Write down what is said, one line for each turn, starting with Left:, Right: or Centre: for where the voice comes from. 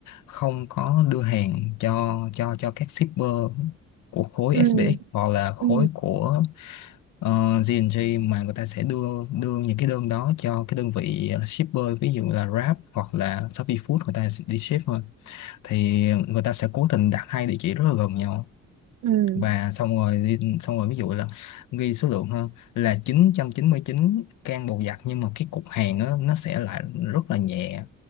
Left: không có đưa hàng cho cho cho các shipper của khối
Right: ừ
Left: SPX hoặc là khối
Right: ừ
Left: của uh, G&G mà người ta sẽ đưa đưa những cái đơn đó cho cái đơn vị shipper ví dụ là Grab hoặc là Shopee Food người ta sẽ đi ship thôi thì người ta sẽ cố tình đặt hai địa chỉ rất là gần nhau
Right: ừ
Left: và xong rồi đi- xong rồi ví dụ là ghi số lượng hơn là chín chín trăm chín mươi chín can bột giặt nhưng mà cái cục hàng á, nó sẽ lại rất là nhẹ